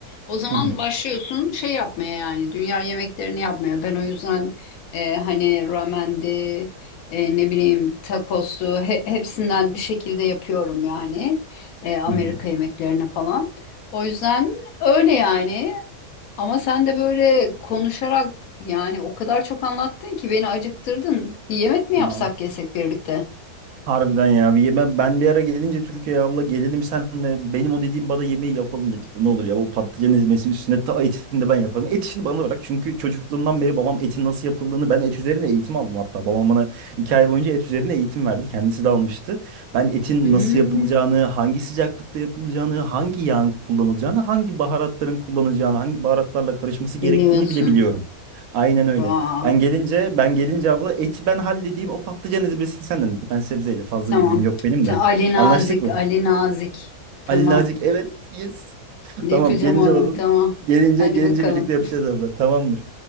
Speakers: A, on the left; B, on the right.
A: O zaman
B: Hı hı.
A: başlıyorsun şey yapmaya yani dünya yemeklerini yapmaya. Ben o yüzden e, hani ramendi, e, ne bileyim takoslu he- hepsinden bir şekilde yapıyorum yani e, Amerika
B: Hı hı.
A: yemeklerini falan. O yüzden öyle yani ama sen de böyle konuşarak yani o kadar çok anlattın ki beni acıktırdın. Bir yemek mi
B: Aa,
A: yapsak yesek birlikte?
B: Harbiden ya. Bir yeme, ben bir ara gelince Türkiye'ye abla gelelim senle benim o dediğim bana yemeği yapalım birlikte. Ne olur ya o patlıcan ezmesi üstüne ta etini de ben yaparım. Et işini bana bırak. Çünkü çocukluğumdan beri babam etin nasıl yapıldığını ben et üzerine eğitim aldım hatta. Babam bana iki ay boyunca et üzerine eğitim verdi. Kendisi de almıştı. Ben etin
A: Hmm,
B: nasıl yapılacağını, hangi sıcaklıkta yapılacağını, hangi yağın kullanılacağını, hangi baharatların kullanılacağını, hangi baharatlarla karışması gerektiğini
A: dinliyorsun.
B: bile biliyorum. Aynen öyle.
A: Wow.
B: Ben gelince ben gelince abla eti ben halledeyim o patlıcan ezbesini senden dedi. Ben sebzeyle fazla
A: Tamam.
B: bir ilgim yok benim
A: Ta-
B: de.
A: Ali Nazik,
B: Anlaştık mı?
A: Ali Nazik. Tamam.
B: Ali Nazik evet yes. <laughs>
A: Yapacağım
B: Tamam gelince
A: onu.
B: bakın.
A: Tamam.
B: Gelince
A: Hadi
B: gelince
A: bakalım.
B: birlikte yapacağız abla. Tamamdır.